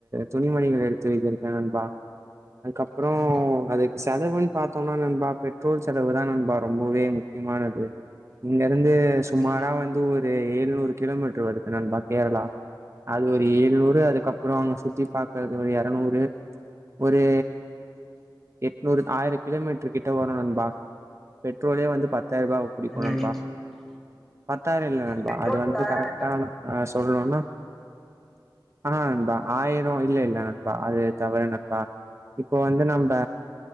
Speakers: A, on the right; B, in the centre.
A: துணிமணிகள் எடுத்து வைத்திருக்கேன் நண்பா அதுக்கப்புறோம்
B: ம்
A: அதுக்கு செலவுன்னு பா்த்தோம்னா நண்பா பெட்ரோல் செல செலவுதான் நண்பா ரொம்பவே முக்கியமானது இங்க இருந்து சுமாரா
B: ம் ம்
A: வந்து ஒரு ஏழுநூறு கிலோமீட்டரு வருது நண்பா கேரளா அது ஒரு ஏழுநூறு அதுக்கப் அப்புறோ அங்க சுத்தி பாக்கறது ஒரு இரநூறு ஒரு எட்நூறு ஆயிரம் கிலோமீட்டரு கிட்ட வரும் நண்பா பெட்ரோலே வந்து பத்தாயிரம் ரூவா புடிக்கும்
B: ம்
A: நண்பா பத்தாயிரம் இல்ல நண்பா
B: பெட்ரோல்
A: அது
B: பத்தாயிரம்
A: வந்து கரெக்டா
B: என்றார்
A: நா சொல்லணுன்னா ஆஹ் நண்பா ஆயிரம் இல்ல இல்ல நண்பா அது தவறு நண்பா இப்போ வந்து நம்ப